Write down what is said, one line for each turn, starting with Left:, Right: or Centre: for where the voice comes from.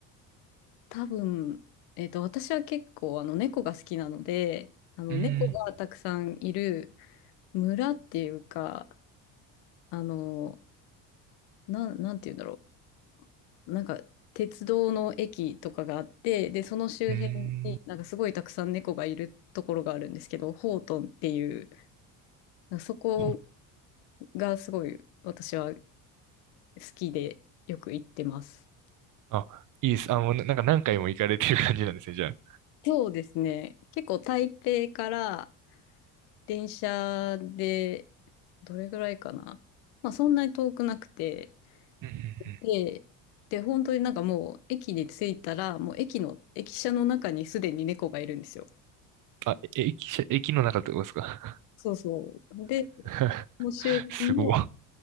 Left: 多分、えっと、私は結構あの猫が好きなので、あの猫がたくさんいる
Right: うーん、
Left: 村っていうか、あの、なん、なんて言うんだろう。なんか、鉄道の駅とかがあって、で、その周辺になんかすごいたくさん猫がいるところがあるんですけど、
Right: うーん、
Left: ホートンっていう、そこ
Right: ほ、
Left: がすごい私は好きでよく行ってます。
Right: あ、いいです。あ、もうななんか何回も行かれてる感じなんですね、じゃあ。
Left: そうですね。結構台北から電車でどれぐらいかな。まあそんなに遠くなくて。
Right: うんうんうん。
Left: で、で、本当になんかもう駅に着いたら、もう駅の、駅舎の中にすでに猫がいるんですよ。
Right: あ、え駅舎、駅の中ってことですか
Left: そうそう。で、
Right: <laughs>
Left: もう周辺も
Right: すごい。